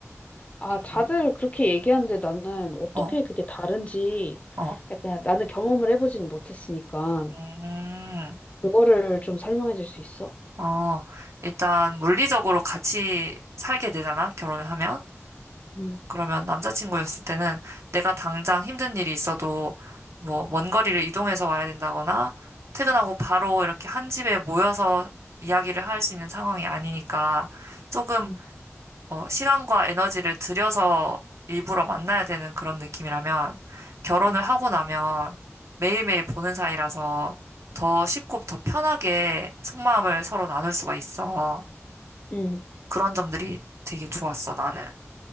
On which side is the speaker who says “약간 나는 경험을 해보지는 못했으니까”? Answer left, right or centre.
Left